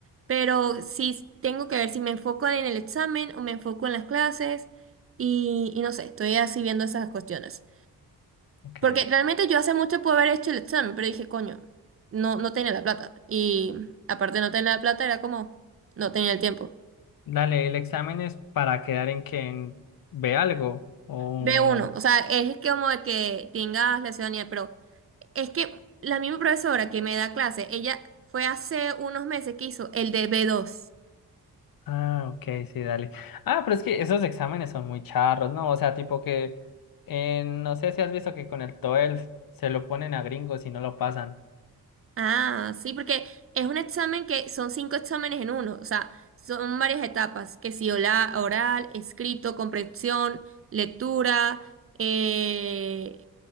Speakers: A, on the right; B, on the left.
A: pero si tengo que ver si me enfoco en el examen o me enfoco en las clases y, y no sé, estoy así viendo esas cuestiones.
B: Ok.
A: Porque realmente yo hace mucho pude haber hecho el examen, pero dije, coño, no, no tenía la plata. Y aparte de no tener la plata, era como, no tenía el tiempo.
B: Dale, ¿el examen es para quedar en quien ve algo? O...
A: b uno o sea, es que como de que tengas la ciudadanía, pero es que la misma profesora que me da clase, ella fue hace unos meses que hizo el de b dos
B: Ah, ok, sí, dale. Ah, pero es que esos exámenes son muy charros, ¿no? O sea, tipo que... eh, no sé si has visto que con el TOEFL se lo ponen a gringos y no lo pasan.
A: Ah, sí, porque es un examen que son cinco exámenes en uno, o sea, son varias etapas, que si ola- oral, escrito, comprensión, lectura, eh,